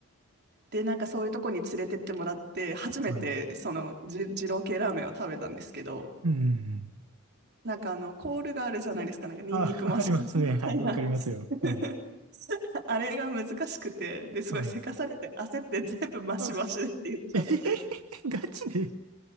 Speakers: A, on the right; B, on the right.
A: で、なんかそういうとこに連れてってもらって、初めてそのじ二郎系ラーメンを食べたんですけど、
B: はい。うんうんうん。
A: なんかあの、コールがあるじゃないですか。なんかニンニクマシマシみたいな。
B: あ、<laughs> ありますね。はい。わかりますよ。
A: <laughs>
B: うん。
A: あれが難しくて、で、すごいせかされて焦って全部マシマシでって言っちゃって、
B: はい。あ、えへへへガチで